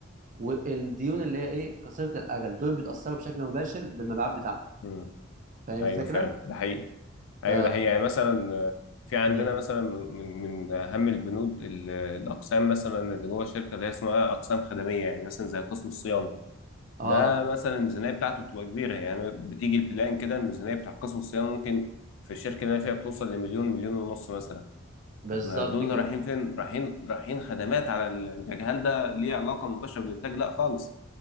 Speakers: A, on the right; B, on the left.
A: والديون اللي هي ايه قصيره الاجل دول بيتاثروا بشكل مباشر بالمبيعات بتاعتك
B: امم
A: فاهم
B: ايوه
A: الفكره
B: فعلا ده حقيقي
A: ف
B: ايوه ده حقيقي يعني مثلا آه، في عندنا
A: مم.
B: مثلا من من من اهم البنود ال- الاقسام مثلا اللي جوه الشركه اللي هي اسمها اقسام خدميه يعني مثلا زي قسم الصيانه
A: اه
B: ده مثلا الميزانيه بتاعته بتبقى كبيره يعني بتيجي البلان كده الميزانيه بتاع قسم الصيانه ممكن في الشركه اللي انا فيها بتوصل لمليون مليون ونص مثلا
A: بالظبط
B: طب دول
A: كده
B: رايحين فين؟ رايحين رايحين خدمات على الانتاج هل ده ليه علاقة مباشرة بالانتاج؟ لا خالص